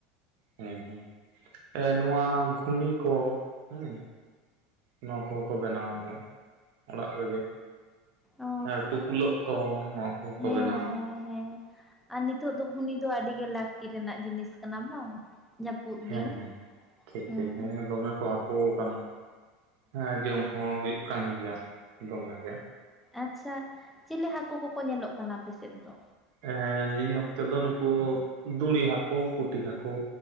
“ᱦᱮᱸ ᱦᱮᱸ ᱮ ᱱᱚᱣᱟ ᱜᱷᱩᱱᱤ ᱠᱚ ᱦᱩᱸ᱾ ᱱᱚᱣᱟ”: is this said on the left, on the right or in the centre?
Right